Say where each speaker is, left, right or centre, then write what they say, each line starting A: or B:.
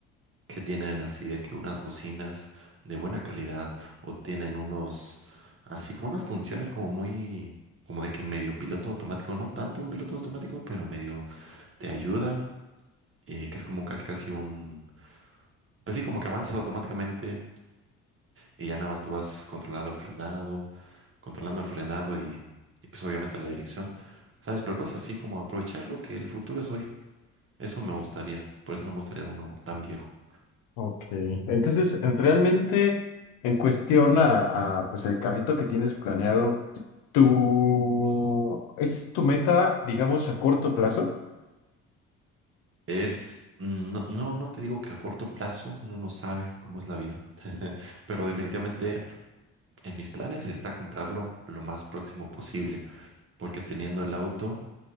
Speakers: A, on the right; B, on the left.
A: que tienen así de que unas bocinas de buena calidad o tienen unos así como unas funciones como muy como de que medio piloto automático, no tanto un piloto automático, pero medio te ayuda, eh, que es como un casi casi un pues sí, como que avanzas automáticamente y ya nada más tú vas controlando el frenado, controlando el frenado y, y pues obviamente la dirección, ¿sabes? Pero cosas así como aprovechar lo que el futuro es hoy. Eso me gustaría, por eso no me gustaría uno tan viejo.
B: Ok, entonces en- realmente en cuestión a, a, pues el carrito que tienes planeado, tú, ¿es tu meta, digamos, a corto plazo?
A: Es, mm, no, no, no te digo que a corto plazo uno no sabe cómo es la vida, pero definitivamente en mis planes está comprarlo lo más próximo posible, porque teniendo el auto